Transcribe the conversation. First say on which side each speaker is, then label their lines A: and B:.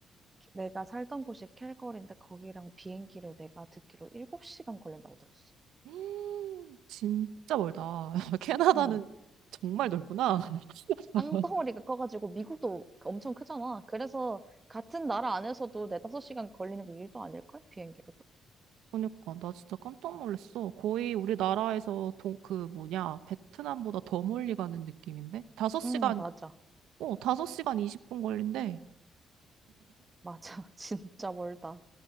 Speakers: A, on the right; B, on the right.
A: 내가 살던 곳이 캘거리인데 거기랑 비행기로 내가 듣기로 7시간 걸린다고 들었어.
B: 음, <gasps> 진짜 멀다. <laughs> 캐나다는
A: 음
B: 정말 넓구나. <laughs>
A: 땅덩어리가 커가지고 미국도 엄청 크잖아. 그래서 같은 나라 안에서도 네다섯 시간 걸리는 게 일도 아닐걸? 비행기로도.
B: 그러니까 나 진짜 깜짝 놀랐어. 거의 우리나라에서 동, 그 뭐냐 베트남보다 더 멀리 가는 느낌인데 다섯 시간
A: 응, 맞아.
B: 어, 5시간 20분 걸린대.
A: 맞아. <laughs> 진짜 멀다.